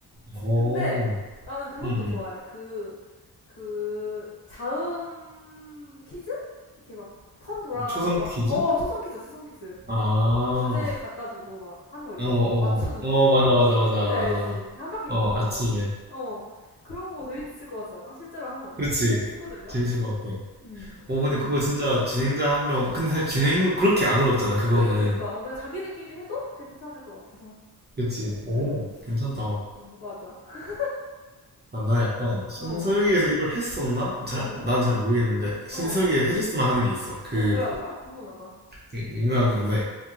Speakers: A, on the right (about 25°); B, on the left (about 75°).
A: 어,
B: 근데 나는 그것도
A: 응, 응.
B: 좋아해. 그, 그, 자음 퀴즈? 이렇게 막 턴 돌아가면서,
A: 초성
B: 하-
A: 퀴즈?
B: 어, 초성 퀴즈, 초성 퀴즈.
A: 아, 어,
B: 그 주제 갖다 주고 막 하는 거 있잖아.
A: 어,
B: 맞추는
A: 어,
B: 거 막.
A: 맞아, 맞아, 맞아,
B: 뭔지
A: 맞아.
B: 알지? 이렇게 한 바퀴
A: 어,
B: 도는
A: 아침에.
B: 거. 어, 그런 거 재밌을 것 같지 않아? 실제로 하면은?
A: 그치.
B: 애- 친구들이랑?
A: 재밌을 것 같아.
B: 음.
A: 어, 근데 그거 진짜 진행자 한 명, 근데 사실 진행도 그렇게 안 어렵잖아, 그거는.
B: 그니까 그니까 어, 그냥 자기들끼리 해도 괜찮을 것 같아서
A: 그치. 오,
B: 음,
A: 괜찮다.
B: 음 맞아 <laughs>
A: 난, 나 약간 신서유기에서
B: 어어어어어
A: 이걸 했었나? 잘,
B: 어, 어,
A: 난 잘 모르겠는데
B: 어,
A: 신서유기에
B: 어
A: 해줬으면 하는 게 있어. 그
B: 뭐야 뭐야 궁금하다
A: 되게 유명한 건데